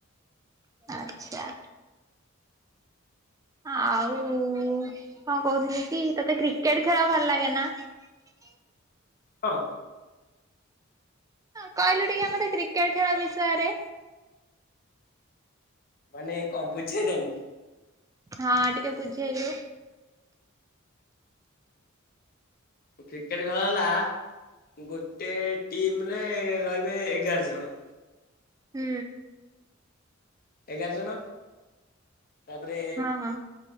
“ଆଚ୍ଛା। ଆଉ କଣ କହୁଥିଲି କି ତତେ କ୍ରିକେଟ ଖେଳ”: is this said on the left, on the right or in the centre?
Right